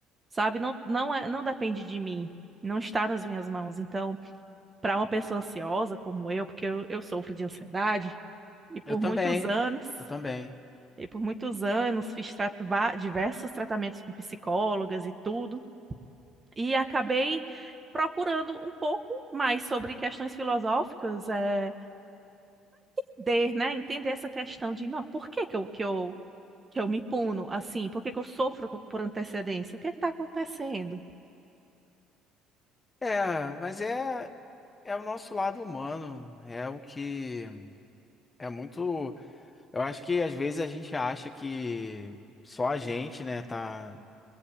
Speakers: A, on the right (about 20°); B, on the left (about 20°).
A: Sabe? Não, não é, não depende de mim. Não está nas minhas mãos. Então, para uma pessoa ansiosa como eu, porque eu eu sofro de ansiedade, e por
B: Eu também,
A: muitos anos.
B: eu também.
A: E por muitos anos fiz tra- va- diversos tratamentos com psicólogas e tudo, e acabei procurando um pouco mais sobre questões filosóficas, é, de, né, entender essa questão de, não, por que que eu, que eu, que eu me puno assim? Por que que eu sofro co- por antecedência? O que está acontecendo?
B: É, mas é, é o nosso lado humano, é o que é muito. Eu acho que às vezes a gente acha que só a gente, né, tá.